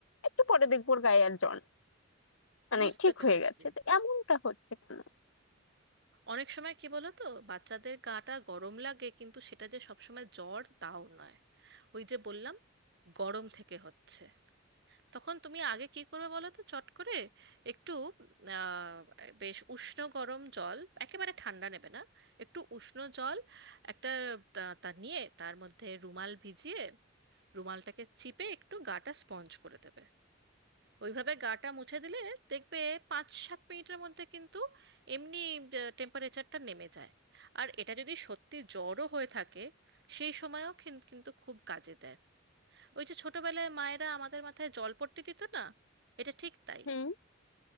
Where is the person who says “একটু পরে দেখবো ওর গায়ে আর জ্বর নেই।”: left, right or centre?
Left